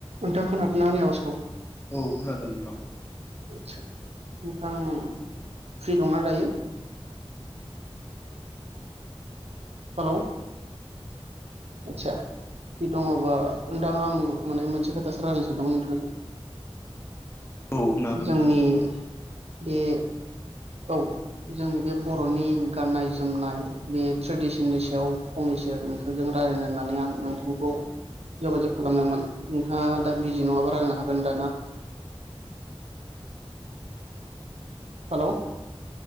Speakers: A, on the right; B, on the left.
A: नोंथां खोनादोंना आंनि आवाजखौ?
B: औ खोनादों नोंथां।
A: आतसा ओमफ्राय नोंथां फ्रि दंना दायो? हेलौ आतसा फ्रि दङबा नोंथां आं माने मोनसे खोथासो रायजायनो सानदोंमोन नोंथांजों
B: औ बुंनो हागोन
A: जोंनि
B: नोंथां।
A: <unintelligible> औ जोंनि बे बर'नि गाननाय जोमनाय बे ट्रेडिसननि सायाव फंनैसो नोंथांजों राय्लायनो होननानै आं नोंथांखौ जगाजग खालामदोंमोन नोंथाङा दा बिजि नङाबा रायलायनो हागोनद ना? हेलौ